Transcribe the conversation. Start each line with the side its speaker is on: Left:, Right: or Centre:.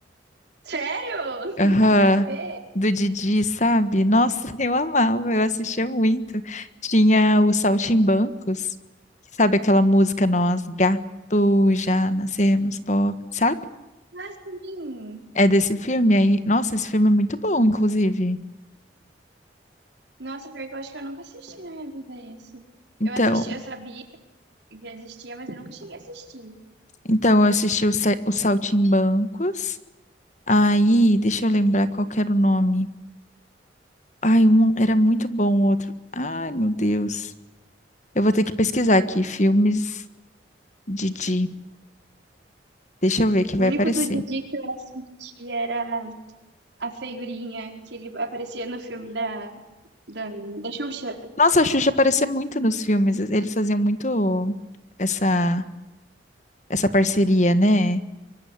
Right: Sério?
Left: Aham.
Right: <laughs> Nada a ver.
Left: Do Didi, sabe? Nossa, <laughs> eu amava, eu assistia muito. Tinha o Saltimbancos, sabe aquela música Nós, gato, já nascemos pobre, sabe?
Right: Mas sim.
Left: É desse filme aí. Nossa, esse filme é muito bom, inclusive.
Right: Nossa, pior que eu acho que eu nunca assisti na minha vida esse.
Left: Então,
Right: Eu assisti, eu sabia que existia, mas eu nunca cheguei a assistir.
Left: então eu assisti o, Sa- o Saltimbancos. Aí, deixa eu lembrar qual que era o nome. Ai, um era muito bom, o outro. Ai, meu Deus. Eu vou ter que pesquisar aqui, filmes Didi. Deixa eu ver que vai
Right: O
Left: aparecer.
Right: único do Didi que eu assisti era a figurinha que ele aparecia no filme da, da, da Xuxa,
Left: Nossa, a Xuxa aparecia muito nos filmes. Eles faziam muito essa, essa parceria, né?